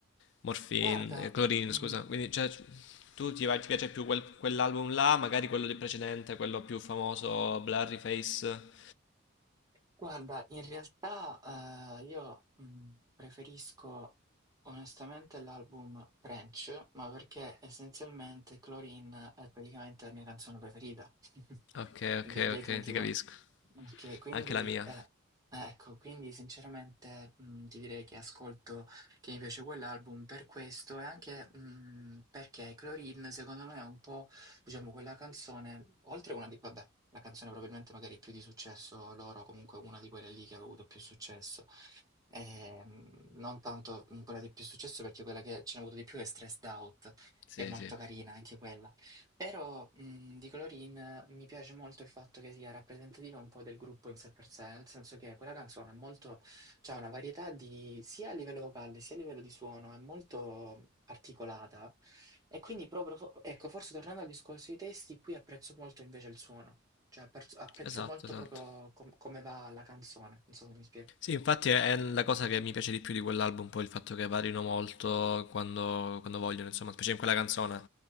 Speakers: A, on the left (about 55°); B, on the right (about 15°).
A: Morphine,
B: Guarda,
A: eh, Chlorine,
B: mm,
A: scusa. Quindi cioè, tu ti, va- ti piace più quel- quell'album là, magari quello di precedente, quello più famoso, Blurry Face.
B: Guarda, in realtà eh, io mh, preferisco onestamente l'album Trench, ma perché essenzialmente Chlorine è praticamente la mia canzone preferita
A: Ok,
B: <laughs> de-
A: ok,
B: dei
A: ok,
B: 21.
A: ti capisco.
B: Ok, quindi
A: Anche la mia.
B: eh, eh, ecco, quindi sinceramente mh, ti direi che ascolto, che mi piace quell'album per questo e anche mh, perché Chlorine secondo me è un po' Diciamo, quella canzone, oltre a una di, vabbè, la canzone probabilmente magari più di successo loro, comunque una di quelle lì che ha avuto più successo, Ehm, non tanto mm, quella di più successo perché quella che ce n'ho avuto di più è Stressed Out,
A: Sì,
B: che è molto
A: sì.
B: carina anche quella. Però mm, di Colorin mi piace molto il fatto che sia rappresentativa un po' del gruppo in sé per sé, nel senso che quella canzone è molto, c'ha una varietà di, sia a livello vocale sia a livello di suono, è molto articolata. E quindi proprio, fo- ecco, forse tornando al discorso dei testi, qui apprezzo molto invece il suono, cioè apprezzo, apprezzo
A: Esatto,
B: molto
A: esatto.
B: proprio com- come va la canzone, non so se mi spiego.
A: Sì, infatti è è la cosa che mi piace di più di quell'album, poi il fatto che varino molto quando, quando vogliono, insomma, specie in quella canzone.